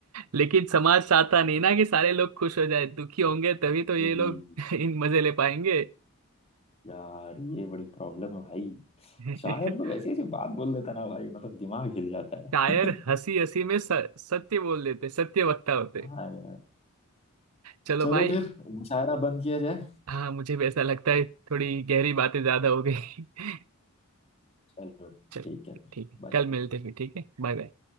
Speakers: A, on the right; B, on the left.
A: लेकिन समाज चाहता नहीं ना कि सारे लोग खुश हो जाए दुखी होंगे तभी तो ये
B: यही
A: लोग <laughs> इन मजे ले पाएंगे
B: यार ये बड़ी प्रॉब्लम है भाई
A: <laughs>
B: शायर लोग ऐसी ऐसी बात बोल देता ना भाई मतलब दिमाग हिल जाता है
A: शायर
B: <laughs>
A: हंसी हंसी में स- सत्य बोल देते सत्य वक्ता होते
B: हाँ यार
A: चलो
B: चलो
A: भाई
B: फिर मुशायरा बंद किया जाए
A: हाँ मुझे भी ऐसा लगता है थोड़ी गहरी बातें ज्यादा हो गई <laughs>
B: चलो ठीक
A: चलो
B: है फिर
A: ठीक है
B: बाय
A: कल मिलते हैं फिर ठीक है बाय बाय